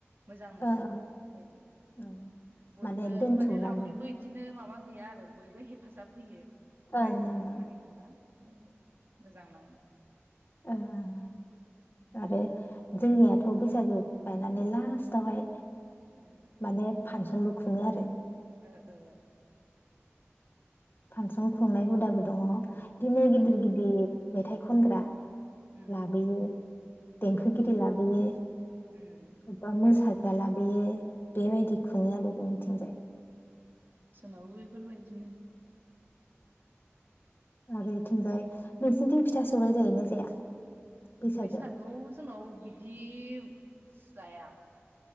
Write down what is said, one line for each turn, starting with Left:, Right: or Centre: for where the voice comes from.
Right: मोजां मोनो
Left: अ ओं
Right: बेफोरबायदि।
Left: ओं
Right: बयबो
Left: माने दोनथुमनानै
Right: माने रावनिबो इदिनो माबा गैया आरो बयबो हेफाजाब होयो।
Left: ओं
Right: रायजोनि
Left: ओं
Right: खामानि
Left: ओं
Right: होनबा बेबा <inaudible> मोजांनाङो।
Left: ओं ओं ओं आरो जोंनियाथ' बैसागो बायनानै लास्टावहाय।
Right: ओ
Left: माने फानसनबो खुङो आरो।
Right: ओ ओ
Left: फांसन खुंनाय हुदाबो दङ'। दिनो गिदिर
Right: ओ
Left: गिदिर। मेथाइ खनग्रा।
Right: उम
Left: लाबोयो
Right: उम
Left: देंखोगिरि लाबोयो
Right: उम
Left: एबा मोसा जालाबोयो बेबायदि खुङो आरो जोंनि जा <inaudible>
Right: सोलावो बेफोरबायदिनो
Left: आरोथिंजाय नोंसिनिथिं फिथा सौराय जायो ना जाया बैसागोआव
Right: बैसागो जोंनाव बिदि जाया